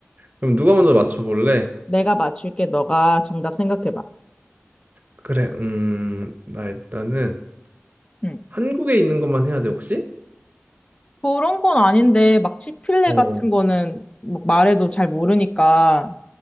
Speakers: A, on the right; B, on the left.
A: 그럼 누가 먼저 맞춰볼래?
B: 내가 맞출게. 너가 정답 생각해봐.
A: 그래, 음, 나 일단은
B: 응.
A: 한국에 있는 것만 해야 돼, 혹시?
B: 그런 건 아닌데 막 치필레
A: 어.
B: 같은 거는 막 말해도 잘 모르니까